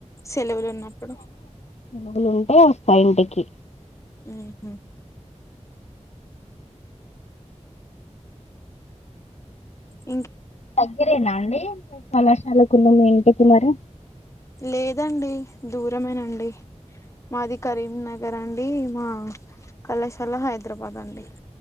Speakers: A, on the left; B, on the left.
A: సెలవులు ఉన్నప్పుడు
B: నవ్వు ఉంటే వస్తా ఇంటికి
A: ఉహు ఆ
B: దగ్గరేనా అండి మీ కళాశాల పిల్లలు ఎంత కి వెళ్ళారు
A: లేదండి దూరమేనండి మాది కరీంనగర్ అండి మా కళాశాల హైదరాబాద్ అండి